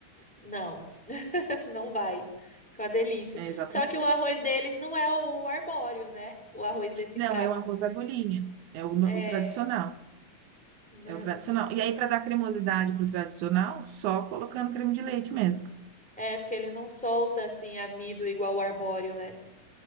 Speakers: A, in the centre; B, on the right.
A: Não, <laughs> não vai. Com a delícia.
B: É, exatamente.
A: Só que o arroz deles não é o arbóreo, né? O arroz desse
B: Não,
A: prato.
B: é o arroz agulhinha. É o, no-
A: É,
B: o tradicional.
A: nor-
B: É o tradicional.
A: o tradicional.
B: E aí, para dar cremosidade pro tradicional, só colocando creme de leite mesmo.
A: É, porque ele não solta assim amido igual o arbóreo, né?